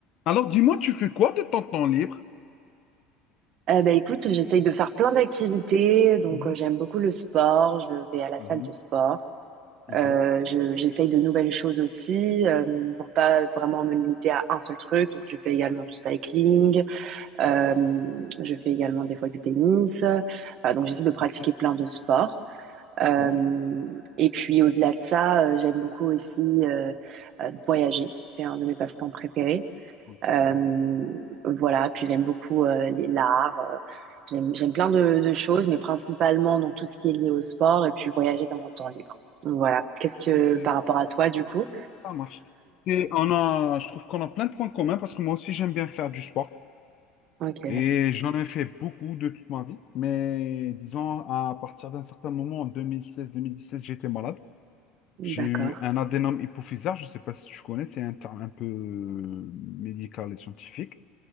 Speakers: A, on the left; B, on the right.
A: Alors, dis-moi, tu fais quoi de ton temps libre?
B: Euh, bah, écoute, j'essaye de faire plein d'activités. Donc,
A: Mhm,
B: euh, j'aime beaucoup le sport. Je vais à la
A: mhm.
B: salle de sport.
A: Ok,
B: Euh, je, j'essaye de nouvelles choses aussi euh, pour pas vraiment me limiter à un seul truc. Donc, je fais également du cycling. Euh, je fais également des fois du tennis. Enfin, donc, j'essaie de pratiquer
A: Ok,
B: plein de sports. Euh,
A: ça marche.
B: et puis, au-delà de ça, euh, j'aime beaucoup aussi euh, euh, voyager. C'est un de mes passe-temps préférés.
A: ok,
B: Euh, voilà, puis j'aime beaucoup euh, les l'art. euh, j'aime, j'aime plein de, de choses, mais principalement donc tout ce qui est lié au sport et puis voyager dans mon temps libre. Donc, Voilà. Qu'est-ce que
A: ok.
B: par rapport à toi du coup?
A: Ça marche. Et on a, je trouve qu'on a plein de points communs parce que moi aussi, j'aime bien faire du sport.
B: Ok,
A: Et j'en ai fait beaucoup de toute ma vie. Mais disons, à partir d'un certain moment, en 2016-2017, j'étais malade.
B: d'accord.
A: J'ai eu un adénome hypophysaire. Je ne sais pas si tu connais, c'est un terme un peu euh, médical et scientifique.